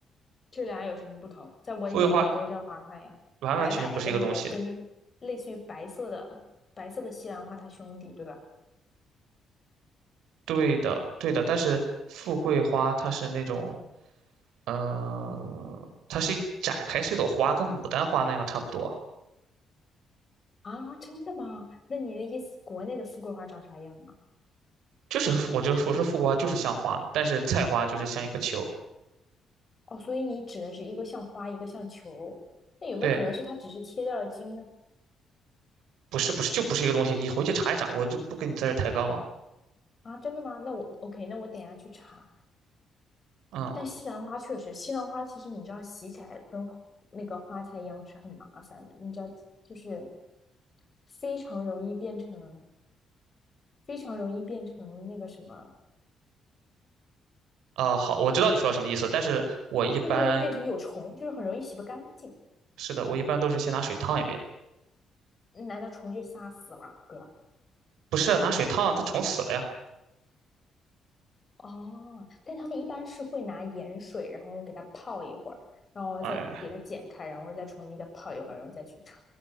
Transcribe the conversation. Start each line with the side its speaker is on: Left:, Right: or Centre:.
Left: 这俩有什么不同？在我的眼里都叫花菜呀，
Right: 富贵花完完全全不是一个东西。
Left: 白白的那个跟类似于白色的白色的西兰花它兄弟，对吧？
Right: 对的，对的，但是富贵花它是那种，嗯，它是展开是一朵花，跟牡丹花那样差不多。
Left: 啊，真的吗？那你的意思，国内的富贵花长啥样啊？
Right: 就是我就是我说富贵花就是像花，但是菜花就是像一颗球。
Left: 哦，所以你指的是一个像花，一个像球，那有没有可能是它只是切掉了茎呢？
Right: 对，不是不是就不是一个东西，你回去查一查，我就不跟你在这儿抬杠了。
Left: 啊，真的吗？那我 OK，那我等一下去查。
Right: 嗯。
Left: 但西兰花确实，西兰花其实你知道洗起来跟那个花菜一样是很麻烦的，你知道就是非常容易变成非常容易变成那个什么，
Right: 啊、好，我知道你说什么意思，但是我一般
Left: 非常容易变成有虫，就是很容易洗不干净。
Right: 是的，我一般都是先拿水烫一遍，
Left: 难道虫就杀死了哥？
Right: 不是拿水烫，它虫死了呀。
Left: 哦，但他们一般是会拿盐水，然后给它泡一会儿，然后再给它剪开，
Right: 哎，
Left: 然后再重新再泡一会儿，然后再去炒。